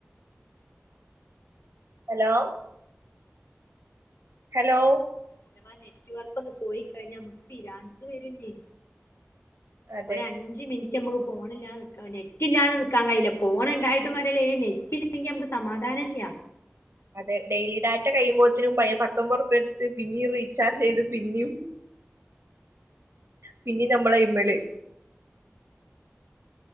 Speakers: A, on the right; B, on the left.
A: ഹലോ ഹലോ
B: അഥവാ നെറ്റുവർക്കൊന്ന് പോയി കഴിഞ്ഞ നമ്മുക്ക് പിരാന്ത് വരൂല്ലെ.
A: അതെ
B: ഒരു അഞ്ച് മിനി ഞമുക്ക് ഫോണില്ലാതെ നിക്കാ നെറ്റില്ലല്ലാതെ നിക്കാൻ കഴിയില്ല ഫോൺ എണ്ടായിട്ടും കാര്യല്ല നെറ്റില്ലെങ്കിൽ നമുക്ക് സമാധാനം ഇല്ല്യ.
A: അതെ ഡെയിലി ഡാറ്റ കഴിയുമ്പോഴതേനും പയെ പത്തൊൻമ്പത് റുപ്പ എടുത്ത് പിന്നെയും റീചാർജ് ചെയ്ത് പിന്നെയും പിന്നെ നമ്മള് ഇമ്മല്